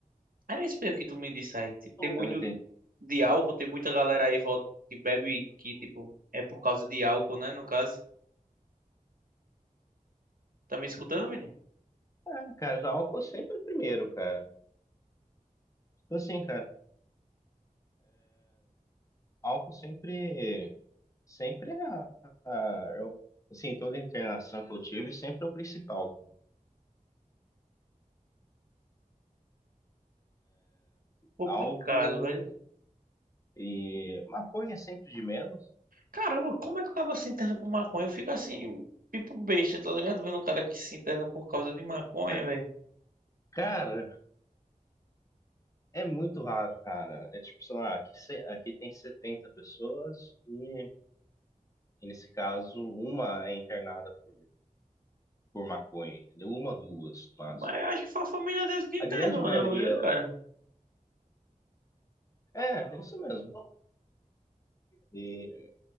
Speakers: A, on the right (about 85°); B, on the left (about 20°).
A: Era isso mesmo que tu me disse aí. Tipo, tem muito
B: Eu não entendi.
A: de álcool, tem muita galera aí volta, que bebe que, tipo, é por causa de álcool, né, no caso. Tá me escutando, Vini?
B: É, cara, já álcool sempre é primeiro, cara. Então, assim, cara, álcool sempre. Sempre é a, a- eu, assim, toda internação que eu tive sempre é o principal, cara.
A: Complicado,
B: Álcool
A: velho.
B: e maconha é sempre de menos.
A: Caramba, como é que o cara se interna por maconha? Eu fico assim, tipo besta, tá ligado? Vendo um cara que se interna por causa de maconha,
B: Ca-
A: velho.
B: Cara, É muito raro, cara. É tipo, sei lá, aqui, se- aqui tem 70 pessoas e, e nesse caso, uma é internada por, por maconha, entendeu? Uma, duas, mas
A: Mas eu acho que foi a família deles que
B: a
A: internou,
B: grande maioria.
A: não ele, cara.
B: É, é isso mesmo. E,